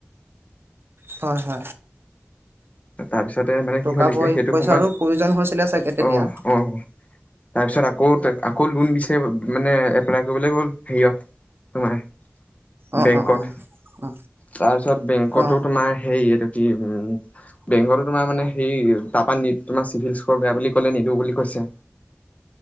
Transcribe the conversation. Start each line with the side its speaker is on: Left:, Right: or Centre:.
Right: হয় হয়।
Left: তাৰপিছতে মানে
Right: টকা
Left: কি হ'ল, এতিয়া
Right: পই
Left: সেইটো
Right: পইচাৰো
Left: সময়ত
Right: প্ৰয়োজন হৈছিলে চাগে
Left: অ
Right: তেতিয়া
Left: অ তাৰপিছ। অ, তাক আকৌ লোন দিছে। মানে, এপলাই কৰিবলৈ গ'ল। হেয়া তোৰ মায়ে <unintelligible>
Right: অ
Left: বেংকত
Right: অ অ অ
Left: তাৰপিছত, বেংকতো
Right: অ
Left: তোমাৰ হে এইটো। কি উম বেংকতো তোমাৰ মানে সেই তাৰ পৰা তোমাৰ চিভিল ইস্কৰ বেয়া বুলি কলে নিদো বুলি কৈছে।